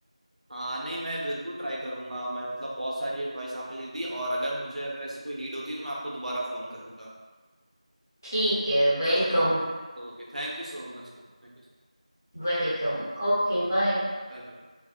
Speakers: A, on the right (about 80°); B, on the left (about 25°).
A: हाँ नहीं मैं बिल्कुल ट्राई करूंगा मैं मतलब बहुत सारी एडवाइस आपने दे दी और अगर मुझे अगर ऐसी कोई नीड होती है तो मैं आपको दोबारा फोन करूंगा
B: ठीक है वेलकम
A: Okay Okay thank you so much thank you
B: Welcome okay bye
A: Bye bye